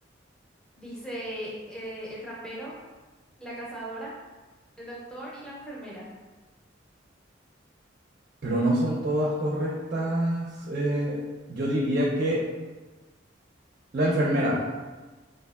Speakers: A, in the centre; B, on the right (about 45°).
A: Dice eh, el trampero, la cazadora, el doctor y la enfermera.
B: Pero no son todas correctas. Eh, yo diría que la enfermera.